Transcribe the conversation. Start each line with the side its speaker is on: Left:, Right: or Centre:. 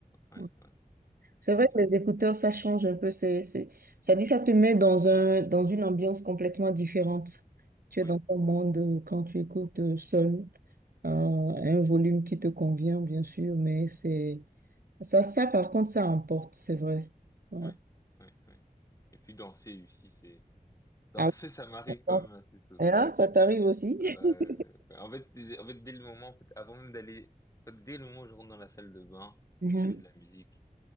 Left: Ouais,
Right: Ouais. C'est
Left: c'est-
Right: vrai que les écouteurs, ça change un peu. C'est, c'est- ça dit, ça te met dans un, dans une ambiance complètement différente. Tu es
Left: oui,
Right: dans ton monde euh, quand tu écoutes euh, seul, euh, un volume qui te convient, bien sûr, mais c'est ça, ça, par contre, ça emporte, c'est vrai. Ouais.
Left: oui, oui, oui. Et puis danser aussi, c'est <laughs> danser,
Right: Ah,
Left: ça m'arrive
Right: oui, je pense.
Left: quand même assez souvent.
Right: Hein, ça t'arrive aussi?
Left: Euh,
Right: <laughs>
Left: en fait, dès- en fait, dès le moment, en fait, avant même d'aller, en fait, dès le moment où je rentre dans la salle de bain,
Right: Mhm.
Left: je mets de la musique.